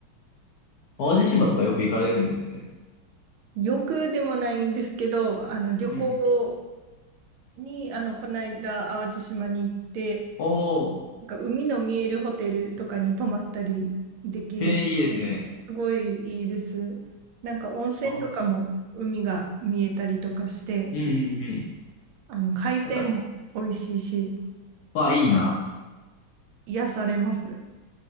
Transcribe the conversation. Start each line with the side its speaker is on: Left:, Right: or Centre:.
Left: 淡路島とかよく行かれるんですね。
Right: 欲でもないんですけど、あの、旅行
Left: うん。
Right: に、あの、この間、淡路島に行って、
Left: おー、
Right: なんか海の見えるホテルとかに泊まったりできる。
Left: へえ、いいですね。
Right: すごいいいです。なんか温泉とかも海が見えたりとかして、
Left: 淡路島。うん、うん、うん。
Right: あの海鮮も美味しいし、
Left: なんか、わあ、いいな。
Right: 癒されます。